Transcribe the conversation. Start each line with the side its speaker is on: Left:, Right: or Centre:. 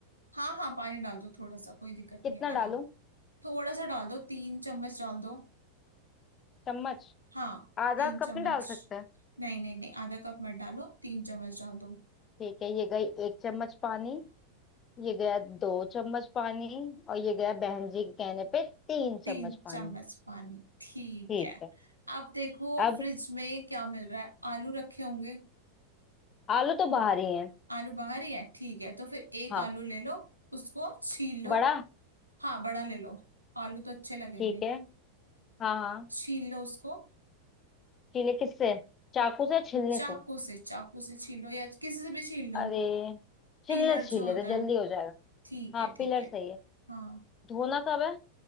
Right: हाँ हाँ पानी डाल दो थोड़ा सा कोई दिक्कत नहीं
Left: कितना
Right: है आराम
Left: डालूं
Right: थोड़ा सा डाल दो तीन चम्मच डाल दो
Left: चम्मच
Right: हाँ
Left: आधा
Right: तीन चम्मच
Left: कप नहीं डाल सकते
Right: नहीं नहीं नहीं आधा कप मत डालो तीन चम्मच डाल दो
Left: ठीक है ये गई एक चम्मच पानी ये गया दो चम्मच पानी और ये गया बहन जी के कहने पे तीन
Right: तीन
Left: चम्मच पानी
Right: चम्मच पानी ठीक
Left: ठीक
Right: है
Left: है
Right: अब देखो
Left: अब
Right: फ्रिज में क्या मिल रहा है आलू रखे होंगे
Left: आलू तो बाहर ही है
Right: आलू बाहर ही है ठीक है तो फिर एक
Left: हाँ
Right: आलू ले लो उसको छील लो
Left: बड़ा
Right: हाँ बड़ा ले लो आलू तो अच्छे लगेंगे
Left: ठीक है हाँ हाँ
Right: छील लो उसको
Left: छीले किससे चाकू से या छीलने
Right: चाकू
Left: से
Right: से चाकू से छील लो या किसी से भी छील लो
Left: अरे
Right: पीलर
Left: छीलने से छील
Right: जो
Left: लेते
Right: होता
Left: जल्दी
Right: है
Left: हो जाएगा
Right: ठीक
Left: हाँ
Right: है ठीक
Left: पिलर
Right: है
Left: सही है
Right: हाँ
Left: धोना कब है